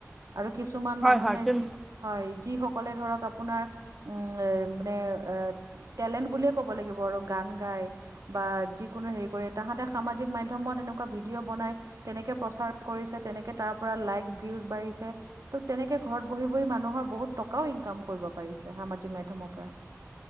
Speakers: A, on the right (about 80°); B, in the centre.
A: আৰু কিছুমান
B: হয়
A: মানুহে
B: হয় তুম
A: যি হয় যি অলে ধৰক আপোনাৰ উম মানে টেলেণ্ট বুলিয়ে ক'ব লাগিব আৰু গান গ বা যিকোনো হেৰি কৰি তাঁহাতে সামাজিক মাধ্যমত এনেকুৱা ভিডিঅ। বনাই, তেনেকে প্ৰচাৰ কৰিছে তেনেকে তাৰপৰা লাইক ৱীওচ বাঢ়িছে ত তেনেকে ঘৰত বহি। মানুহৰ বহুত টকাও ইনকাম কৰিব পাৰিছে, সামাজিক মাধ্যমৰ পৰা।